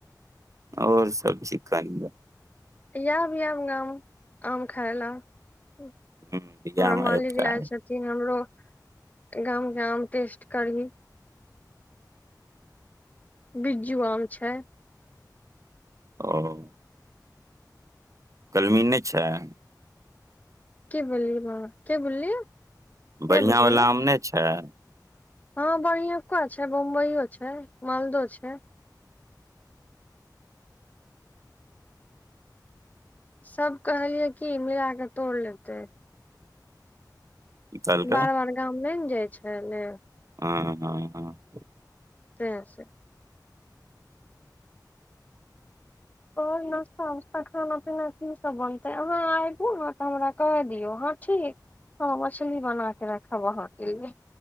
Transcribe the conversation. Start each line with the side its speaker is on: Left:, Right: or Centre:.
Right: आओर सब छिका ल। <unintelligible>
Left: आब -आब गाम आम खााय लए। <unintelligible>
Right: हूँ
Left: <unintelligible>
Right: बियाह
Left: हमर
Right: मे
Left: मालिक
Right: ऐप चाही
Left: लाय छथिन हमरो। <unintelligible> गाम। <unintelligible> नाम ेस्ट करी। बिज्जू आम छै। <unintelligible>
Right: ओ। <unintelligible> कलमी नहि छै। <unintelligible>
Left: की बोलिय बा के बोललियै। नहि
Right: बढ़िआँवला
Left: बुझलियै
Right: आम नहि छै। <unintelligible>
Left: हँ बढ़ियका छै बम्बइो छै मालदहो छै। <unintelligible> सभ कहलियै की मिला कऽ तोड़ लेतै।
Right: की कहलकै
Left: त बारह बड़ गाम ल ने। <unintelligible> जाइ छै ल।
Right: हँ- हँ -हँ। <unintelligible>
Left: से -से। <unintelligible> आओर नाास्ता उस्ता खाना पीना कीसभ बनतै अहाँ आबू ने तऽ हमरा कहहि दियौ अहाँ ठीक हम मछली बना कऽ रखब अहाँके लिए।